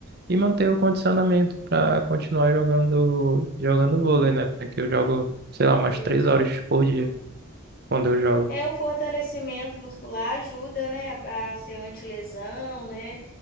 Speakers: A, on the right; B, on the left.
A: E manter o condicionamento para continuar jogando jogando vôlei,
B: Tudo
A: né? Que eu jogo, sei lá, umas
B: isso.
A: três horas por dia quando eu jogo.
B: É, o fortalecimento muscular ajuda, né, a a ser antilesão, né,